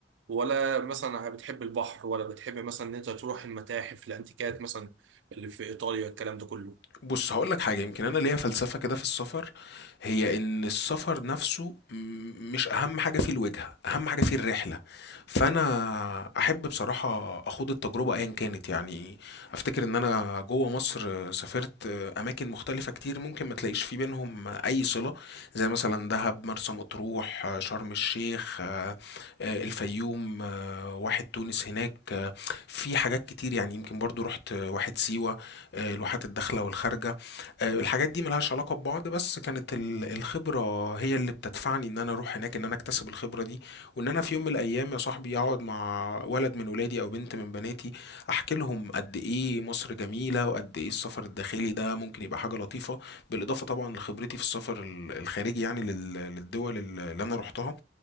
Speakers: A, on the right; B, on the left.
A: ولا مثلا بتحب البحر ولا بتحب مثلا ان انت تروح المتاحف الانتيكات مثلا اللي في ايطاليا الكلام ده كله
B: بص هقول لك حاجة يمكن أنا ليا فلسفة كده في السفر هي إن السفر نفسه م- مش أهم حاجة فيه الوجهة أهم حاجة فيه الرحلة فأنا أحب بصراحة أخوض التجربة أيا كانت يعني أفتكر إن أنا جوه مصر سافرت أماكن مختلفة كتير ممكن ما تلاقيش في بينهم أي صلة زي مثلا دهب مرسى مطروح شرم الشيخ آه، آه، الفيوم آه، واحد تونس هناك آه، في حاجات كتير يعني يمكن برضو رحت واحد سيوة آه، الواحات الداخله والخارجه آه، الحاجات دي ملهاش علاقه ببعض بس كانت ال- الخبره هي اللي بتدفعني ان انا اروح هناك ان انا اكتسب الخبره دي وان انا في يوم من الايام يا صاحبي اقعد مع ولد من ولادي او بنت من بناتي احكي لهم قد ايه مصر جميله وقد ايه السفر الداخلي ده ممكن يبقى حاجه لطيفه بالاضافه طبعا لخبرتي في السفر ال- الخارجي يعني لل- للدول اللي انا رحتها